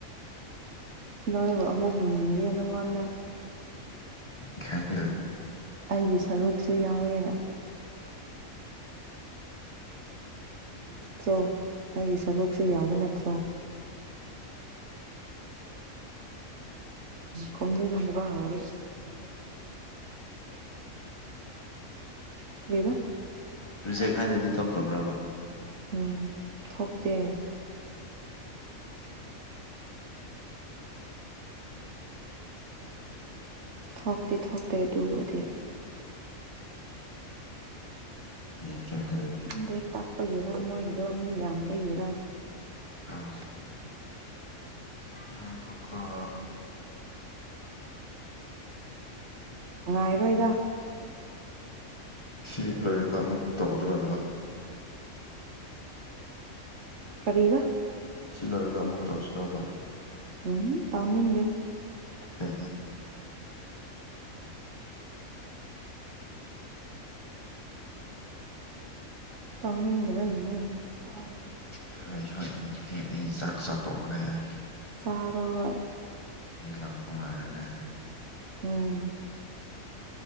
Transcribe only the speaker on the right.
ꯅꯣꯏꯕꯨ ꯑꯃꯨꯛꯅꯤ ꯅꯉꯣꯟꯗ <inaudible>
ꯑꯩꯒꯤ ꯁꯔꯨꯛꯁꯨ ꯌꯥꯎꯋꯦꯅ꯫ ꯅꯠꯇ꯭ꯔꯣ ꯑꯩꯒꯤ ꯁꯔꯨꯛꯁꯨ ꯌꯥꯎꯕ ꯅꯠꯇ꯭ꯔꯣ꯫ ꯈꯨꯝꯅꯤꯡꯗꯕ ꯍꯧꯔꯦ꯫ ꯀꯔꯤꯕ
ꯎꯝ ꯊꯣꯛꯇꯦ꯫ ꯊꯣꯛꯇꯤ ꯊꯣꯛꯇꯦ ꯑꯗꯨꯕꯨꯗꯤ꯫
ꯈꯪꯗꯦ ꯇꯞꯄꯒꯤꯔ ꯃꯣꯏꯒꯤꯗꯣ ꯃꯤ ꯌꯥꯝꯕꯩꯔ꯫
ꯉꯥꯏꯔꯣꯏꯗ꯫
ꯀꯔꯤꯕ꯫
ꯎꯝ ꯇꯧꯅꯤꯡꯗꯦ꯫
ꯇꯧꯅꯤꯡꯗꯕꯩꯅꯦ ꯇꯥꯕꯔꯣ꯫
ꯆꯥꯔꯣ ꯍꯣꯏ꯫
ꯎꯝ꯫